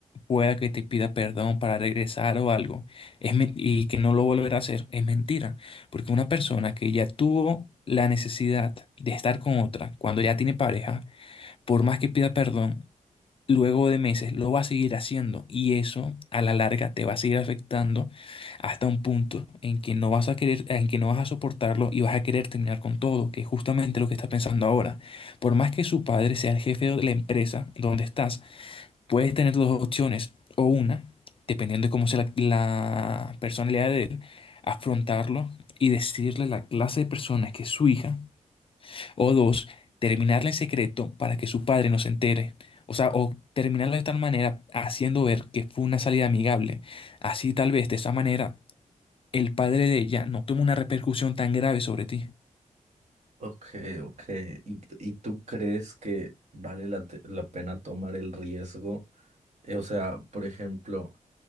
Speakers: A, on the left; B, on the right.
A: pueda que te pida perdón para regresar o algo, es men- y que no lo volverá a hacer, es mentira. Porque una persona que ya tuvo la necesidad de estar con otra cuando ya tiene pareja, por más que pida perdón, luego de meses lo va a seguir haciendo y eso a la larga te va a seguir afectando hasta un punto en que no vas a querer, en que no vas a soportarlo y vas a querer terminar con todo, que es justamente lo que está pensando ahora. Por más que su padre sea el jefe de la empresa donde estás, puedes tener dos opciones o una, dependiendo de cómo sea la, la personalidad de él, afrontarlo y decirle la clase de personas que es su hija o dos, terminarla en secreto para que su padre no se entere. O sea, o terminarla de tal manera haciendo ver que fue una salida amigable. Así tal vez de esa manera el padre de ella no toma una repercusión tan grave sobre ti.
B: Ok, ok. ¿Y, y tú crees que vale la, te- la pena tomar el riesgo? Eh, o sea, por ejemplo,